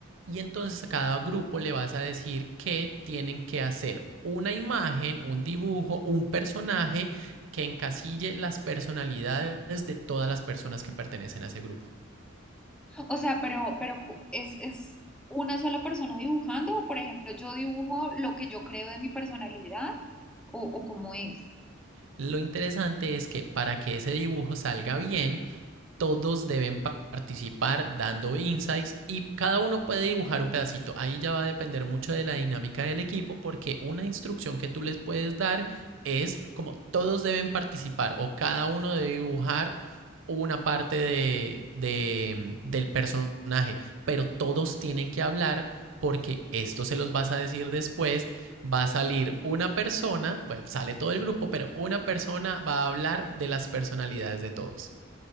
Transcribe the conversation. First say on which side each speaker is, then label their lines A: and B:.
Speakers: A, on the right; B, in the centre.
A: Y entonces a cada grupo le vas a decir que tienen que hacer una imagen, un dibujo, un personaje que encasille las personalidades de todas las personas que pertenecen a ese grupo.
B: O sea, pero, pero cu- es, es una sola persona dibujando, o por ejemplo, yo dibujo lo que yo creo de mi personalidad, o, o cómo es.
A: Lo interesante es que para que ese dibujo salga bien, todos deben participar dando insights y cada uno puede dibujar un pedacito. Ahí ya va a depender mucho de la dinámica del equipo porque una instrucción que tú les puedes dar es como todos deben participar o cada uno debe dibujar una parte de, de- del personaje, pero todos tienen que hablar porque esto se los vas a decir después, va a salir una persona, bueno, sale todo el grupo, pero una persona va a hablar de las personalidades de todos.